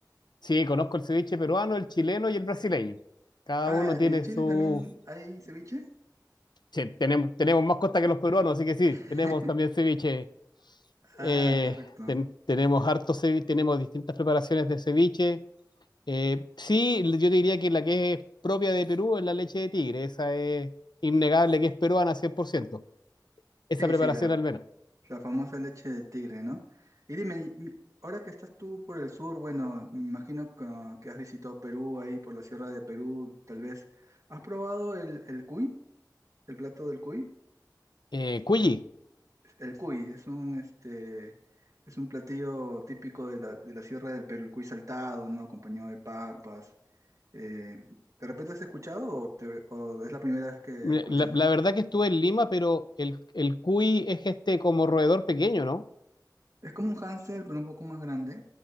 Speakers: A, on the left; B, on the right.
A: sí, conozco el ceviche peruano, el chileno y el brasileño. Cada
B: Ah,
A: uno tiene
B: ¿en Chile
A: su...
B: también hay ceviche?
A: Che, tenemos, tenemos más costa que los peruanos, así que sí,
B: <laughs>
A: tenemos también ceviche.
B: Ah,
A: Eh,
B: correcto.
A: ten- tenemos harto ceviche, tenemos distintas preparaciones de ceviche. Eh, sí, yo te diría que la que es propia de Perú es la leche de tigre, esa es innegable que es peruana 100%, esa
B: Sí,
A: preparación
B: sí, la, fa-
A: al menos.
B: la famosa leche de tigre, ¿no? Y dime, y mi- ahora que estás tú por el sur, bueno, me imagino que, que has visitado Perú, ahí por la Sierra de Perú, tal vez. ¿Has probado el, el cuy, el plato del cuy?
A: Eh, cuyi,
B: El cuy es un este es un platillo típico de la, de la Sierra del Perú, el cuy saltado, ¿no? Acompañado de papas. eh, ¿de repente has escuchado o, te- o es la primera vez que
A: mira,
B: escuchas?
A: la, la verdad que estuve en Lima, pero el, el cuy es este como roedor pequeño, ¿no?
B: Es como un hámster, pero un poco más grande,